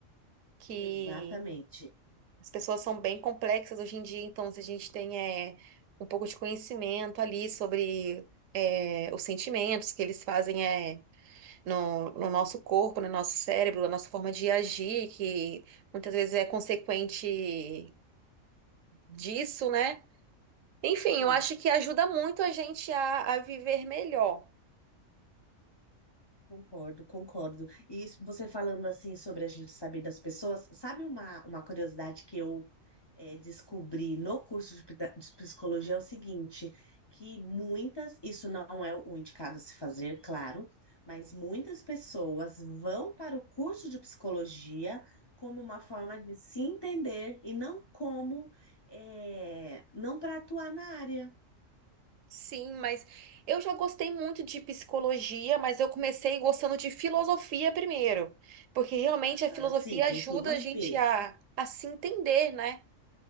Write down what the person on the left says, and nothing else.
exatamente.
Sim.
Concordo, concordo. E isso- você falando assim sobre a gente saber das pessoas, sabe uma, uma curiosidade que eu eh, descobri no curso de, pita- de psicologia é o seguinte, que muitas, isso não é o indicado a se fazer, claro, mas muitas pessoas vão para o curso de psicologia como uma forma de se entender e não como, eh, não para atuar na área.
Aham,
sim, tem
tudo a
ver.